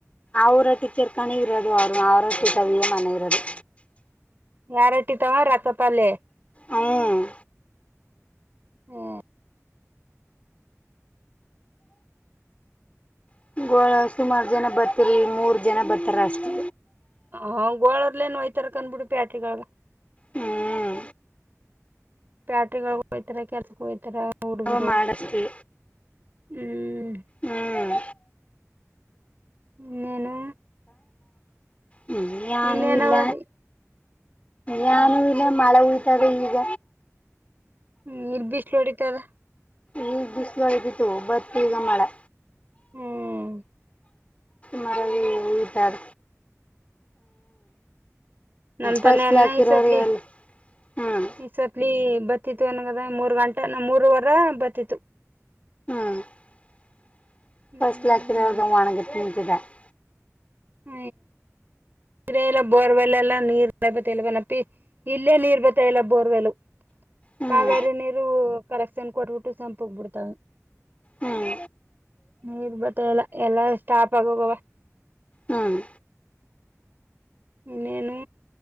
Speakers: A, on the left; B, on the right.
A: ಅವರ ಟೀಚರ್ ಕನರುದು ಅವರು ಅವರ ಟೀಟಾವಿಯ ಅಣಗದು
B: ಯಾರಟ್ಟ ತಾವ ರಥಪಲ್ಲೆ
A: ಹ್ಮ್
B: ಹ್ಮ್
A: <unintelligible> ಬರ್ತರಿ ಮೂರ್ ಜನ ಬರ್ತಾರ ಅಷ್ಟೇ
B: <unintelligible>
A: ಹ್ಮ್
B: ಪ್ಯಾಟ್ರಿಗಳಗ ಹಯ್ತರ ಕೆಲ್ಸಗ ಹೋಯ್ತಾರ ಹುಡ್ಗರು
A: ಅವ ಮಾಡಷ್ಟೇ
B: ಹ್ಮ್
A: ಹ್ಮ್
B: ನೇನು
A: ನೀ ಯಾನೂ
B: ಇನ್ನೇನವದಿ
A: ಇಲ್ಲ
B: ಹ್ಮ್
A: ನಾನು ಇಲ್ಲ ಮಳೆ ಉಯತದೆ ಈಗ
B: ಹ್ಮ ನಿರ್ ಬಿಸ್ಲ ಹೊಡಿತಾ ಇದೆ
A: ಈ ಬಿಸಿ್ ಒಳ್ದಿತ್ತು ಬತ್ತ ಈಗ ಮಳೆ
B: ಹ್ಮ್
A: ಮರಗಳು ಹೀಟಾದ
B: ನಮ್ಮ ತಾನ
A: ಫಸ್ಲ್
B: ಎನ್ನ
A: ಹಾಕಿರೋರು
B: ಇಸತ್ಲಿ
A: ಎಲ್ ಹ್ಮ್
B: ಈ ಸತ್ಲಿ ಬತಿತ್ತು ಅನ್ಗದ ಮೂರ್ ಗಂಟೆ ಮೂರ್ವರ ಬರತಿತ್ತು. <inaudible>
A: <unintelligible>
B: ಹ್ಮ್ ಹ ನೀ ಎಲ್ಲ ಬೋರ್ವೆಲ್ಲ ಎಲ್ಲ <unintelligible> ಇಲ್ಲೇ ನೀರ್ ಬತ್ತ ಎಲ್ಲ ಬೋರ್ವೆಲು
A: ಹ್ಮ್
B: ಕಾವೇರಿ ನೀರು ಕಲೆಕ್ಷನ್ ಕೊಟ್ಬಿಟ್ಟು ಸಂಪು ಹೋಗ್ಬಿಡ್ತಾವ
A: ಹ್ಮ್
B: ನೀರ್ ಬತ್ತ ಎಲ್ಲ ಎಲ್ಲಾ ಸ್ಟಾಪ್ ಆಗೋಗವ
A: ಹ್ಮ್
B: ಇನ್ನೇನು